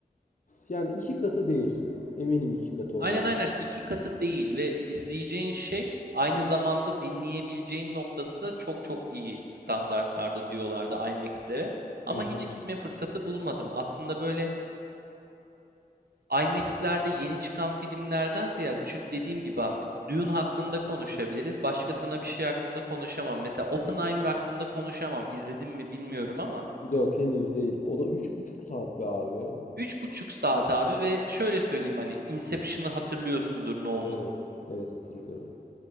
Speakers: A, on the left; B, on the right.
A: yani iki katı değil. Eminim iki katı olmadı.
B: Aynen aynen iki katı değil ve izleyeceğin şey aynı zamanda dinleyebileceğin noktada da çok çok iyi standartlarda diyorlardı IMAX'lere. Ama
A: Hı hı.
B: hiç gitme fırsatı bulmadım. Aslında böyle IMAX'lerde yeni çıkan filmlerden ziyade çünkü dediğim gibi abi Dune hakkında konuşabiliriz. Başka sana bir şey hakkında konuşamam. Mesela Oppenheimer hakkında konuşamam. İzledim mi bilmiyorum ama
A: Yok henüz değil. O da üç buçuk saat be abi.
B: üç buçuk saat abi ve şöyle söyleyeyim hani Inception'ı hatırlıyorsundur Nolan'ın.
A: Evet. Evet hatırlıyorum.